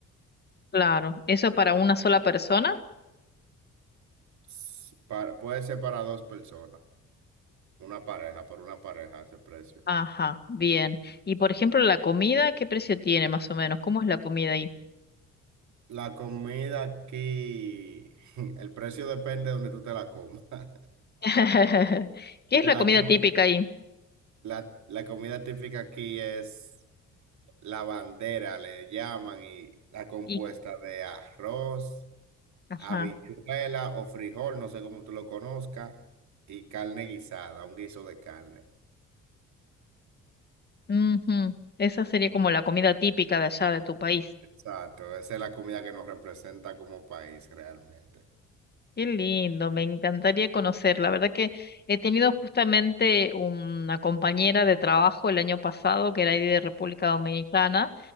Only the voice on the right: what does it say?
S- para- puede ser para dos personas, una pareja, por una pareja ese precio.
La comida aquí, <laughs> el precio depende de donde tú te la comas. <laughs>
Si
te
la,
co-
la, la comida típica aquí es La bandera le llaman y está compuesta
de arroz,
habichuela o frijol, no sé cómo tú lo conozcas, y carne guisada, un guiso de carne.
Exacto, esa es la comida que nos representa como país realmente.